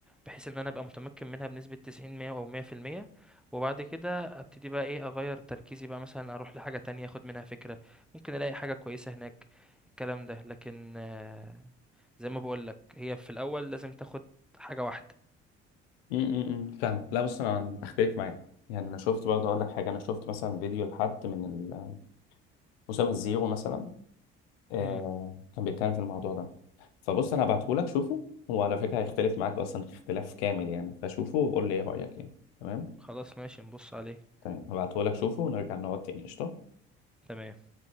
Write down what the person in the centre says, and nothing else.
بحيث ان انا ابقى متمكن منها بنسبة 90 100 او 100% وبعد كده ابتدي بقى ايه اغير تركيزي بقى مثلا اروح لحاجة تانية اخد منها فكرة ممكن الاقي حاجة كويسة هناك الكلام ده لكن آه، زي ما بقولك هي في الاول لازم تاخد حاجة واحدة
امم
خلاص ماشي نبص عليه
تمام